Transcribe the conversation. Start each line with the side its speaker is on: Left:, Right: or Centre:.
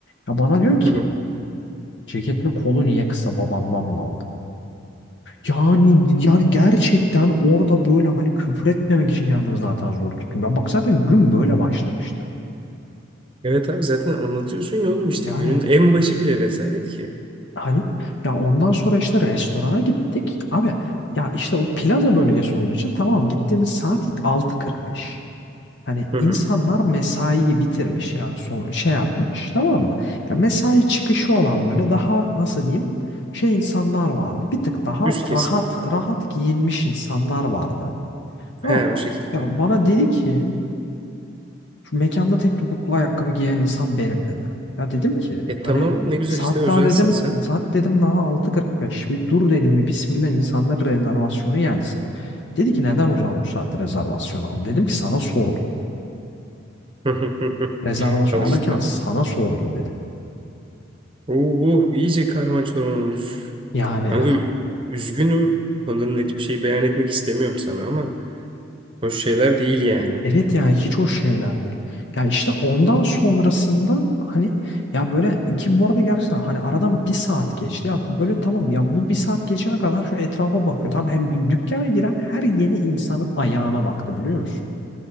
Left: Ya bana diyor ki
Right: Hı hı.
Left: ceketin kolu niye kısa babandan mı aldın? Yani yani gerçekten orada böyle hani küfür etmemek için kendini zaten zor tutuyor. Ben bak zaten gün böyle başlamıştı.
Right: Evet abi zaten anlatıyorsun ya oğlum işte
Left: Yani
Right: günün en başı bile rezalet ki.
Left: hani ya ondan sonra işte restorana gittik. Abi ya işte o plaza bölgesi olduğu için tamam gittiğimiz saat altı kırk beş. Hani
Right: Hı hı.
Left: insanlar mesaiyi bitirmiş yani son şey yapmış tamam mı? Ya mesai çıkışı olan böyle daha nasıl diyeyim şey insanlar vardı. Bir tık daha
Right: Üst kesim.
Left: rahat rahat giyinmiş insanlar vardı. Tamam.
Right: He o şekilde.
Left: Ya bana dedi ki şu mekanda tek topuklu ayakkabı giyen insan benim dedi. Ya dedim ki
Right: E tamam
Left: hani
Right: ne güzel
Left: saat
Right: işte özelsin
Left: daha dedim
Right: sen.
Left: saat dedim daha altı kırk beş bir dur dedim bir Bismillah insanların rezervasyonu gelsin. de. Dedi ki neden o zaman bu saatte rezervasyon aldın? Dedim ki sana sordum.
Right: <laughs>
Left: Rezervasyon
Right: Al işte.
Left: alırken sana sordum dedim.
Right: Oo, iyice karman çorman olmuş.
Left: Yani
Right: Kanka üzgünüm. Ondan net bir şey beyan etmek istemiyorum sana ama hoş şeyler değil yani.
Left: Evet yani hiç o şeyler değil. Yani işte ondan sonrasında hani ya böyle iki bu arada gerçekten hani aradan bir saat geçti. Ya böyle tamam ya bu bir saat geçene kadar şu etrafa bakıyor. Tamam hem dükkana giren her yeni insanın ayağına baktı biliyor musun?